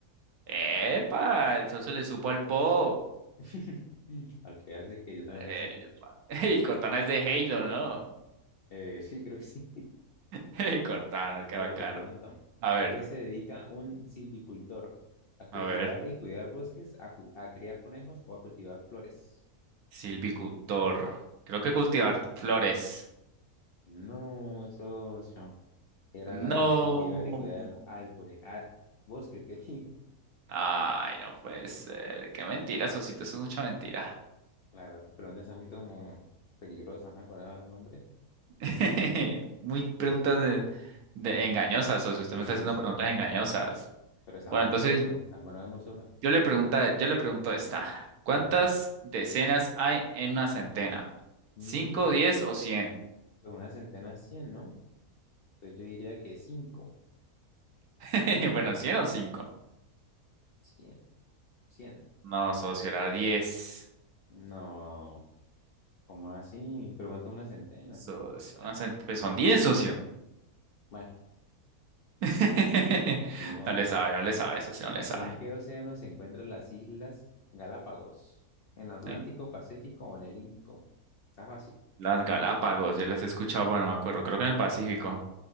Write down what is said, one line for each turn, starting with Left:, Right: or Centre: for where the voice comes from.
Right: Epa, el socio le supo al pop.
Left: <laughs> A qué hace <laughs> que yo también
Right: Epa.
Left: le sé.
Right: <laughs> Y Cortana es de Halo, ¿no?
Left: Eh, sí, creo que sí.
Right: <laughs> Cortana, qué
Left: Mire,
Right: bacano.
Left: le pregunto,
Right: A ver,
Left: ¿a qué se dedica un silvicultor? ¿A cultivar
Right: a ver.
Left: y cuidar bosques? ¿A, cu- a criar conejos o a cultivar flores?
Right: Silvicultor. Creo que cultivar flores.
Left: No, socio. Era
Right: No.
Left: la de cultivar y cuidar árboles, ah, bosques, que dije. <laughs>
Right: Ah, Ay, no puede ser. Qué mentira, socito. Eso es mucha mentira.
Left: La verdad, esas preguntas son muy como peligrosas, ¿no? Con esos nombres.
Right: <laughs> Muy preguntas de, de engañosas, o si usted
Left: Sí,
Right: me está
Left: sí,
Right: haciendo
Left: sí.
Right: preguntas engañosas.
Left: Pero están
Right: Bueno,
Left: buenas
Right: entonces
Left: las preguntas. Bueno, hagamos una.
Right: yo le pregunta, yo le pregunto esta. ¿Cuántas
Left: Hágale.
Right: decenas hay en una centena?
Left: Mm,
Right: ¿Cinco, diez o cien?
Left: pues una centena, cien, ¿no? Entonces yo diría que cinco.
Right: <laughs> Bueno, cien o cinco.
Left: Cien, cien.
Right: No, socio, era diez.
Left: No. ¿Cómo así? Pero cuánto es una centena.
Right: Socio, una cen- pues son diez, socio.
Left: Bueno,
Right: <laughs>
Left: <laughs> ni modo.
Right: No le sabe, no le sabe, socio, no
Left: Eh,
Right: le sabe.
Left: ¿En qué océano se encuentran las islas Galápagos? ¿En el Atlántico,
Right: Ay,
Left: Pacífico o en el Índico? Está fácil.
Right: Las Galápagos, yo las he escuchado, bueno, me acuerdo, creo que en el Pacífico.